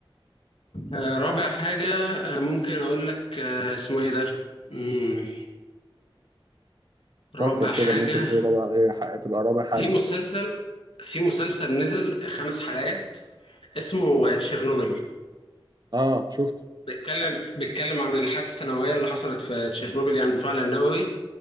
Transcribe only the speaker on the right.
فكر
كده ممكن ايه رابع ايه ح- تبقى رابع
حاجة
اه شفت